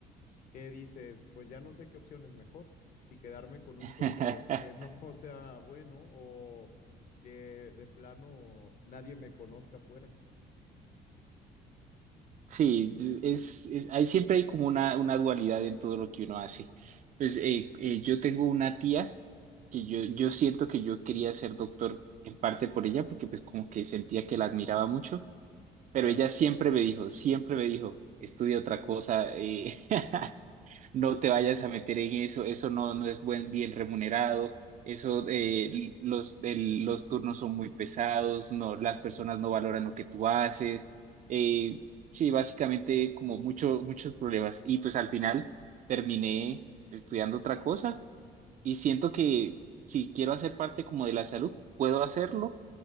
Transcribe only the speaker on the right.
<laughs>
Sí, es, es- hay, siempre hay como una, una dualidad en todo lo que uno hace. Pues eh, eh, yo tengo una tía. que yo, yo siento que yo quería ser doctor en parte por ella, porque pues como que sentía que la admiraba mucho, pero
ella siempre me dijo, siempre me dijo, estudia otra cosa, eh, <laughs> no te vayas a meter en eso, eso no, no es buen, bien remunerado, eso, eh, los, el- los turnos son muy pesados, no, las personas no valoran lo que tú haces, eh, sí, básicamente como mucho, muchos problemas, y pues al final terminé estudiando otra cosa y siento que si quiero hacer parte como de la salud, puedo hacerlo